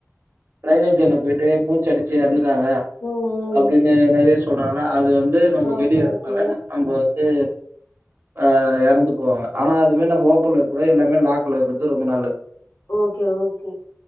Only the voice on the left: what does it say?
ம் ம்
ஓகே
ஓகே
ஓகே ஓகே